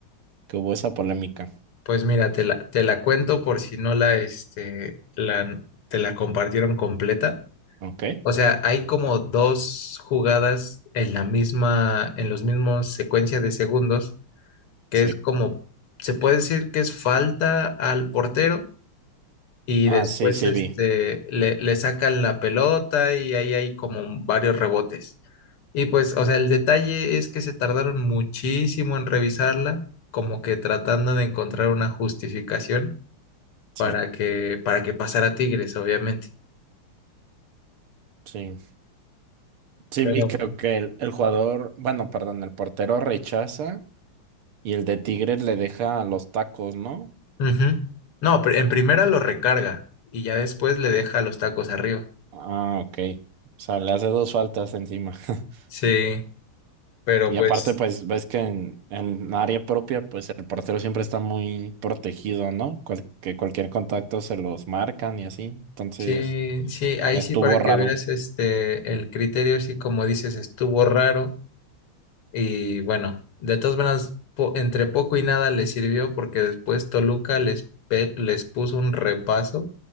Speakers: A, on the right; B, on the left.
A: que hubo esa polémica.
B: pues mira, te la, te la cuento por si no la, este, la, te la compartieron completa.
A: ¿Ok?
B: O sea, hay como dos jugadas en la misma, en los mismos secuencia de segundos, que
A: Sí.
B: es como, se puede decir que es falta al portero, Y después
A: Ah, sí, sí
B: este,
A: vi.
B: le, le sacan la pelota y ahí hay como varios rebotes. Y pues, o sea, el detalle es que se tardaron muchísimo en revisarla, como que tratando de encontrar una justificación
A: Sí,
B: para que, para que pasara Tigres, obviamente.
A: sí. Sí
B: Pero
A: vi, creo
B: bueno.
A: que el, el jugador, bueno, perdón, el portero rechaza y el de Tigres le deja los tacos, ¿no?
B: Ujú. No, pr- en primera lo recarga y ya después le deja los tacos arriba.
A: Ah, ok. O sea, le hace dos faltas encima. <laughs>
B: Sí, pero
A: Y
B: pues
A: aparte, pues ves que en, en área propia, pues el portero siempre está muy protegido, ¿no? Cual- que cualquier contacto se los marcan y así. Entonces,
B: sí, sí, ahí
A: estuvo
B: sí para
A: raro.
B: que veas este el criterio, sí como dices, estuvo raro Y bueno, de todas maneras, po- entre poco y nada les sirvió porque después Toluca les, pe- les puso un repaso.